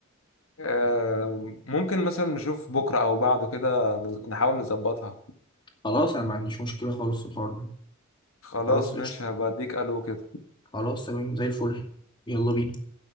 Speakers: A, on the left; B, on the left.
A: آه، ممكن مثلا نشوف بكره او بعده كده نز- نحاول نظبطها
B: خلاص أنا ما عنديش مشكلة خالص في الحوار ده
A: خلاص
B: خلاص
A: ماشي
B: قشطة
A: هبقى اديك الو كده
B: خلاص تمام زي الفل يلا بينا